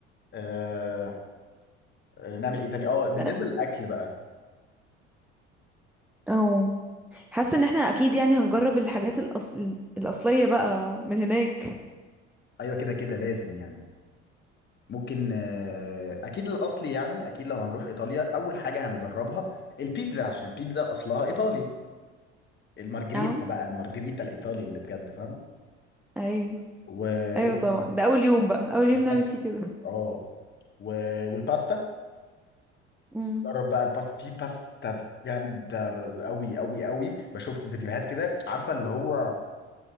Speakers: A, on the left (about 30°); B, in the centre.
A: آه آه، نعمل ايه تاني اه بالنسبه
B: أه،
A: للاكل بقى
B: او حاسه ان احنا اكيد يعني هنجرب الحاجات الأصل... الاصليه بقى من هناك
A: ايوه كده كده لازم يعني ممكن آه، اكيد الاصلي يعني اكيد لو هنروح ايطاليا اول حاجه هنجربها البيتزا عشان البيتزا اصلها ايطالي مم. المارجريتا
B: اه
A: بقى المارجريتا الايطالي اللي بجد فاهمه
B: ايوه
A: وايه
B: ايوه طبعا
A: تاني
B: ده اول يوم بقى اول يوم
A: بالظبط
B: نعمل فيه كده
A: اه و... والباستا
B: مم.
A: جرب بقى الباستا في باستا جامده قوي قوي قوي بشوف في فيديوهات كده عارفه اللي هو